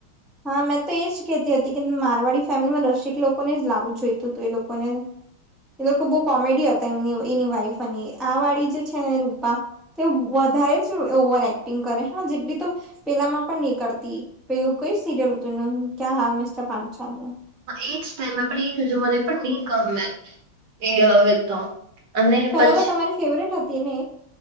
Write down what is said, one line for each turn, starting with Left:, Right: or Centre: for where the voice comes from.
Centre: હા મેં તો એજ કહેતી હતી કે મારવાડી ફેમિલીમાં રસિક લોકોને જ લાવું જોયતું હતું એ લોકોને એ લોકો બહુ કોમેડી હતા એમની એની વાઈફ અને આ વાળી જે છે ને રૂપા તે વધારે જ ઓવર એક્ટિંગ કરે હા જેટલી તો પેલામાં પણ નહી કરતી પેલું કઈ સીરયલ હતું ક્યા હાલ મિસ્ટર પાંચાલ
Right: હ એજ ટાઈમમાં પણ એજ મને પણ ની ગમે એ આવે તો અને
Centre: પેલા
Right: પછી
Centre: તો તમારી ફેવરેટ હતી ને